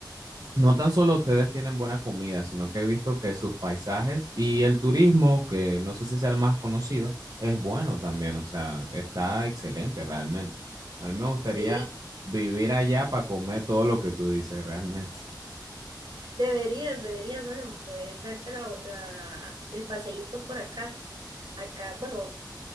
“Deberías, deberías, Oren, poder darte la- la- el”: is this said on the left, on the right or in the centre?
Right